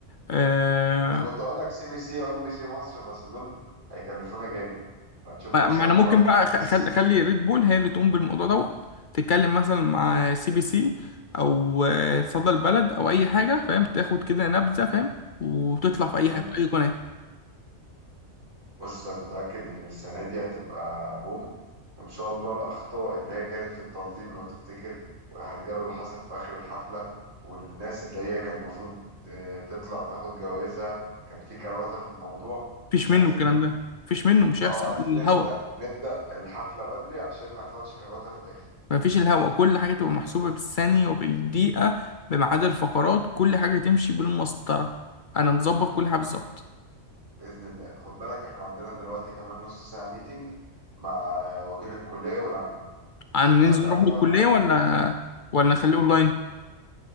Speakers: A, on the left; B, on the right.
A: آه،
B: انا كنت اقول لك سي بي سي او ام بي سي مصر بس دول هيكلفونا جامد فنشوف
A: ما
B: مثلا
A: ما انا
B: القاهره
A: ممكن
B: والناس
A: بقى أخ- أخل- اخلي ريد بول هي اللي تقوم بالموضوع دوت تتكلم مثلا مع سي بي سي او آه، صدر بلد او اي حاجة فاهم تاخد كده نبذة فاهم وتطلع في اي
B: مم.
A: حاجة في اي قناة
B: بص انا متاكد ان السنه دي هتبقى بوم وان شاء الله الاخطاء اللي هي كانت في التنظيم لو تفتكر والهرجله اللي حصلت في اخر الحفله والناس اللي هي كان المفروض آه، تطلع تاخد جوازها كان في كروته في الموضوع
A: مفيش
B: مش عايزين
A: منه الكلام ده مفيش منه مش
B: اه
A: هيحصل
B: عايزين
A: الهوا
B: نبدا نبدا الحفله بدري عشان ما يحصلش كروته في الاخر
A: مفيش الهوا كل حاجة تبقى محسوبة بالثانية وبالدقيقة بميعاد الفقرات كل حاجة تمشي بالمسطرة أنا مظبط كل حاجة بالظبط
B: بإذن الله خد بالك احنا عندنا دلوقتي كمان نص ساعة ميتنج مع وكيل الكلية والعميد
A: عن
B: تعدي
A: ننزل
B: عليا
A: نروح للكلية
B: ولا أعدي
A: ولا
B: عليك؟
A: ولا نخليه أونلاين